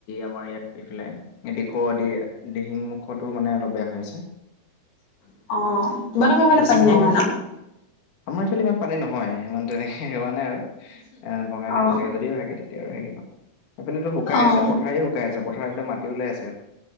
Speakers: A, on the left; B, on the left.
A: আমাৰ ইয়াত এইফালে দিখৌ দি, দিহিংমুখতো মানে অলপ বেয়া হৈ আছে।
B: অ'। তোমালোকৰ সেইফালে
A: দিচাঙৰ,
B: পানী নাই হোৱা ন?
A: আমাৰ এইফালে ইমান পানী নহয়, ইমান তেনেকে হোৱা নাই আৰু। এ, ভগা নাই,
B: অ',
A: যদিও ভাগে তেতিয়া আৰু হেৰি ন, সেইফালেতো শুকাই
B: অ',
A: আছে, পথাৰে শু কাই আছে, পথাৰ একদম মাটি ওলাই আছে।